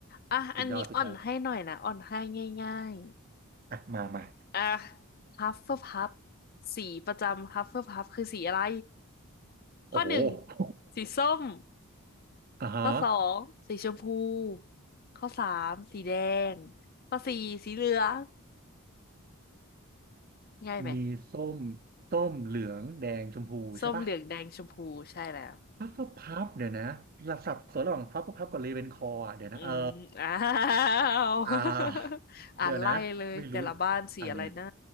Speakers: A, on the left (about 45°); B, on the right (about 45°).
A: อ่ะอันนี้อ่อนให้หน่อยนะอ่อนให้ง่าย
B: สุดยอดสุดยอดอ่ะมามา
A: ๆอ่ะฮัฟเฟิลพัฟสีประจำฮัฟเฟิลพัฟคือสีอะไร
B: โอ้โห
A: ข้อหนึ่ง
B: <laughs>
A: สีส้ม
B: อ่าฮะ
A: ข้อสองสีชมพูข้อสามสีแดงข้อสี่สีเหลืองง่ายไหม
B: มีส้ม ส้มเหลืองแดงชมพูใช่ปะ
A: ส้มเหลืองแดงชมพูใช่แล้ว
B: พัฟเฟิลพัฟเดี๋ยวนะหลับสับสนระหว่างพัฟเฟิลพับกับเรเวนคอร์อ่ะเดี๋ยวนะเออ
A: อืมอ้าว <laughs>
B: อ่าเดี๋ยวนะไม่รู้
A: อ่านไล่เลยแต่ละบ้านสีอะไรนะ
B: อันนี้